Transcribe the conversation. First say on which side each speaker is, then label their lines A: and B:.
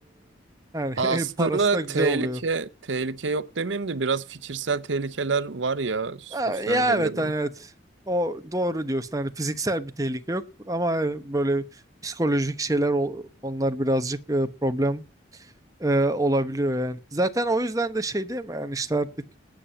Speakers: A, on the right; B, on the right.
A: e, yani
B: Aslında
A: <laughs> parası da güzel
B: tehlike
A: oluyor.
B: tehlike yok demeyeyim de biraz fikirsel tehlikeler var ya sosyal
A: Ha, ya
B: medyada.
A: evet hani evet. O doğru diyorsun hani fiziksel bir tehlike yok ama hani böyle psikolojik şeyler ol- onlar birazcık e, problem e, olabiliyor yani. Zaten o yüzden de şey değil mi yani işte artık